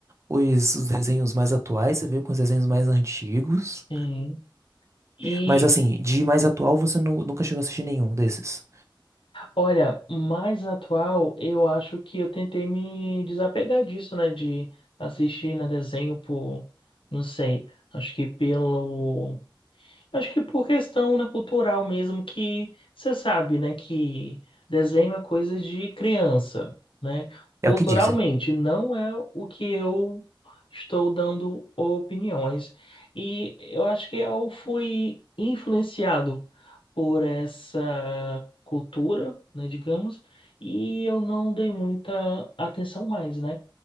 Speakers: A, on the right; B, on the left.
A: os, os desenhos mais atuais, você veio com os desenhos mais antigos.
B: Sim. E
A: Mas assim, de mais atual você nu- nunca chegou a assistir nenhum desses.
B: olha, mais atual, eu acho que eu tentei me desapegar disso, né? De assistir na desenho por, não sei, acho que pelo. Acho que por questão, né, cultural mesmo, que você sabe, né, que desenho é coisa de criança, né?
A: É
B: Culturalmente,
A: o que dizem.
B: não é o que eu estou dando opiniões. E eu acho que eu fui influenciado por essa cultura, né, digamos, e eu não dei muita atenção mais, né,